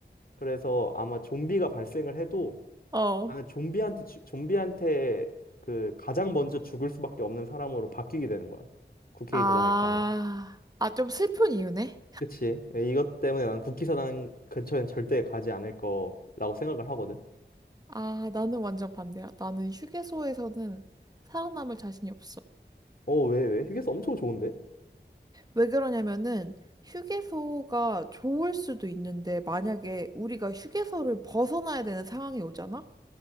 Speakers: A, on the left; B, on the right.
A: 그래서 아마 좀비가 발생을 해도
B: 어.
A: 나는 좀비한테 주- 좀비한테 그 가장 먼저 죽을 수밖에 없는 사람으로 바뀌게 되는 거야. 국회의사당에
B: 아,
A: 가면.
B: 아, 좀 슬픈 이유네?
A: 그치? 이것 때문에 나는 국회의사당 근처엔 절대 가지 않을 거라고 생각을 하거든.
B: 아, 나는 완전 반대야. 나는 휴게소에서는 살아남을 자신이 없어.
A: 어, 왜, 왜? 휴게소 엄청 좋은데?
B: 왜 그러냐면은, 휴게소가 좋을 수도 있는데, 만약에 우리가 휴게소를 벗어나야 되는 상황이 오잖아?